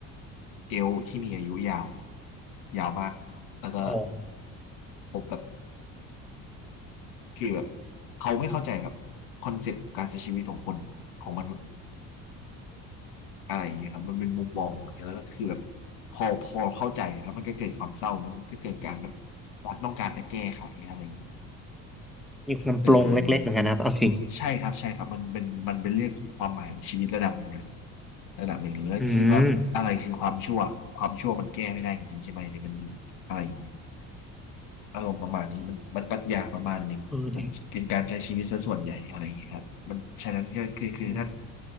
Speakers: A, on the left; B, in the centre.
A: เอลฟ์ที่มีอายุยาวยาวมากแล้วก็
B: อ๋อ
A: พบแบบคือแบบเขาไม่เข้าใจแบบคอนเซปต์การใช้ชีวิตของคนของมนุษย์อะไรอย่างเงี้ยครับมันเป็นมุมมองแล้วก็คือแบบพอพอเข้าใจแล้วมันก็เกิดความเศร้ามันก็เกิดการแบบต้องการจะแก้ไขอะไรอย่างเงี้ย
B: มีความปลงเล็กๆเหมือนกันนะครับเอาจิ
A: เออใช่ครับใช่ครับมันเป็นมันเป็นเรื่องของความหมายของชีวิตระดับหนึ่งเลยระดับหนึ่งเลยแล้วคิดว่าอะไรคือความชั่วความชั่วมันแก้ไม่ได้จริงๆใช่ไหมหรือมัน
B: อืม
A: อะไรอย่างเงี้ยอารมณ์ประมาณนี้มันมันปรัชญาประมาณหนึ่งมันเป็นการใช้ชีวิตซะส่วนใหญ่อะไรอย่างเงี้ยครับมันฉะนั้นก็คือคือถ้า
B: เออดิอม